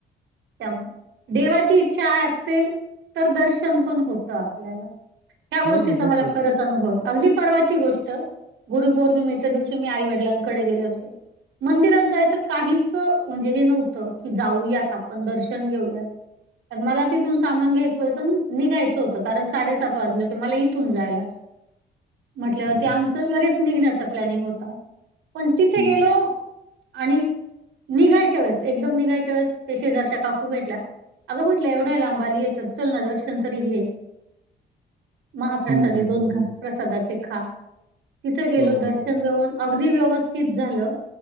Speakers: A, on the right (about 80°); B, on the right (about 45°).
A: त्यामुळे, देवाची इच्छा असेल तर दर्शन पण होतं आपल्याला. त्या गोष्टीचं
B: हो हो, होतच
A: मला खरच य अगदी परर्वाची गोष्ट गुरुपौर्णिमेच्या दिवशी मी आई वडिलांकडे गेले होते, मंदिरात जायचं काहीच म्हणजे हे नव्हतं की जाऊयात आपण दर्शन घेऊयात, पन मला तिथून सामान घ्यायचं होत. पण निघायचं होतं कारण साडेसात वाजले होते मला इथून जायलाच. म्हटल्यावरती
B: हम्म
A: आमचं
B: हम्म
A: लगेच निघण्याचा प्लॅनिंग होता पण तिथे
B: हम्म
A: गेलो, आणि निघायच्या वेळेस एकदम निघायच्या वेळेस ते शेजारच्या काकू भेटल्या, अगं म्हटलं एवढा लांबाली येतात चल ना दर्शन तरी घे. महाप्रसाद
B: हम्म
A: दोन
B: हम्म हम्म.
A: घास प्रसादाचे खा- तिथे गेलो
B: हो
A: दर्शन
B: हो हो.
A: व्यव अगदी व्यवस्थित झालं.